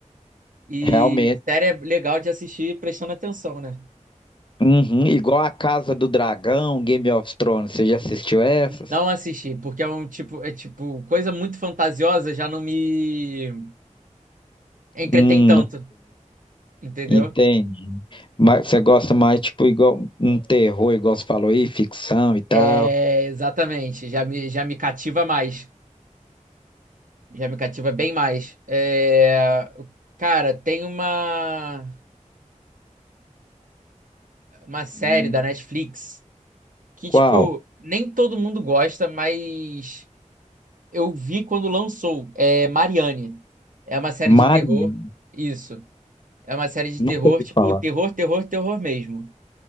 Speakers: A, on the right; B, on the left.
A: E
B: realmente.
A: série é legal de assistir prestando atenção, né?
B: Uhum, igual a Casa do Dragão, Game of Thrones, você já assistiu essas?
A: Não assisti, porque é um tipo, é tipo, coisa muito fantasiosa já não me entretém
B: Hum,
A: tanto, entendeu?
B: entende. Mas você gosta mais, tipo, igual um terror, igual você falou aí, ficção e tal.
A: É, exatamente, já me, já me cativa mais, já me cativa bem mais. É, cara, tem uma, uma série
B: Hum,
A: da Netflix que,
B: qual?
A: tipo, nem todo mundo gosta, mas Eu vi quando lançou, é Marianne. É uma série
B: Maria.
A: de terror. Isso. É uma série de
B: Nunca
A: terror,
B: ouvi
A: tipo,
B: falar.
A: terror, terror, terror mesmo.